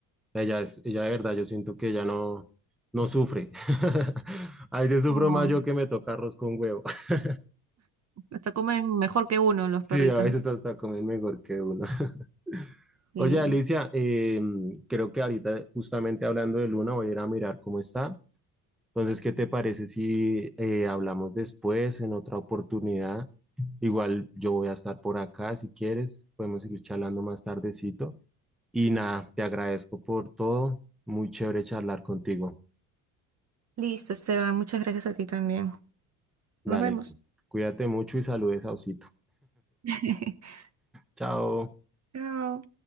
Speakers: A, in the centre; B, on the right.
A: Ella es, ella de verdad, yo siento que ella no, no sufre. <laughs> A veces sufro
B: Oh,
A: más yo que me toca arroz con huevo. <laughs>
B: Hasta comen mejor que uno los
A: Sí,
B: perritos.
A: a veces hasta comen mejor que uno. <laughs>
B: Sí.
A: Oye, Alicia, eh, creo que ahorita justamente hablando de Luna voy a ir a mirar cómo está. Entonces, ¿qué te parece si eh, hablamos después en otra oportunidad? Igual yo voy a estar por acá si quieres, podemos seguir charlando más tardecito. Y nada, te agradezco por todo. Muy chévere charlar contigo.
B: Listo, Esteban, muchas gracias a ti también.
A: Dale,
B: Nos vemos.
A: cuídate mucho y saludes a Osito.
B: <laughs>
A: Chao.
B: Chao.